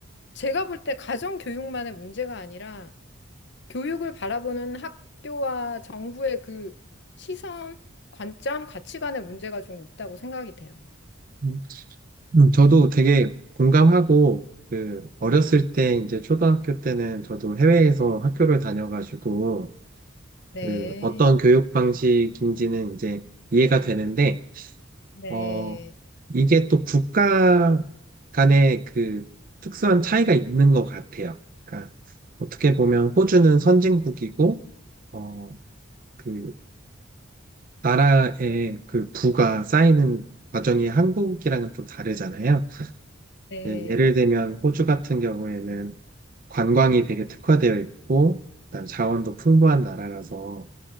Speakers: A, on the left; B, on the right.
A: 제가 볼 때 가정 교육만의 문제가 아니라 교육을 바라보는 학교와 정부의 그 시선, 관점, 가치관의 문제가 좀 있다고 생각이 돼요.
B: 음. 음, 저도 되게 공감하고 그 어렸을 때 이제 초등학교 때는 저도 해외에서 학교를 다녀가지고
A: 네,
B: 그 어떤 교육 방식인지는 이제 이해가 되는데
A: 네,
B: 어, 이게 또 국가 간의 그 특수한 차이가 있는 것 같아요. 그러니까 어떻게 보면 호주는 선진국이고, 어, 그 나라의 그 부가 쌓이는 과정이 한국이랑은 좀 다르잖아요.
A: 네.
B: 예, 예를 들면 호주 같은 경우에는 관광이 되게 특화되어 있고, 그다음 자원도 풍부한 나라라서